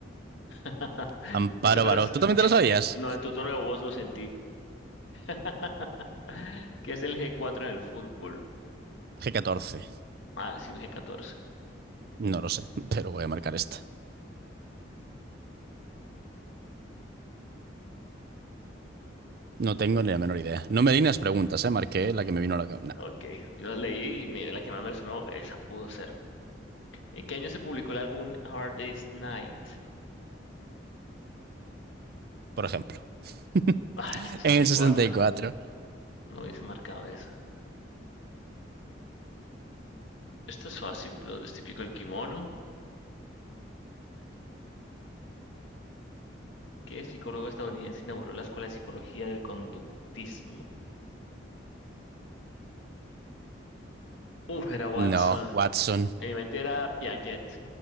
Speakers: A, on the left (about 80°); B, on the right (about 55°).
A: <laughs>
B: Amparo
A: No sé, pero
B: Baró.
A: es...
B: ¿Tú también
A: en-
B: te la sabías?
A: no, en tu tono de voz lo sentí. <laughs> ¿Qué es el G4 en el fútbol?
B: G14.
A: Ah, sí, un G14.
B: No lo sé, pero voy a marcar esta. No tengo ni la menor idea. No me di las preguntas, ¿eh? Marqué la que me vino a la cabeza. Nah,
A: Ok, yo la leí y me- la que más me sonó, esa pudo ser. ¿En qué año se publicó el álbum Hard Day's Night?
B: por ejemplo. <laughs>
A: Ah, el sesenta
B: En el
A: y
B: sesenta
A: cuatro.
B: y cuatro,
A: No hubiese marcado eso. Esto es fácil. Lo es típico el kimono. ¿Qué psicólogo estadounidense inauguró la Escuela de Psicología del Conductismo? Uf, era Watson.
B: No, Watson.
A: En mi mente era Piaget.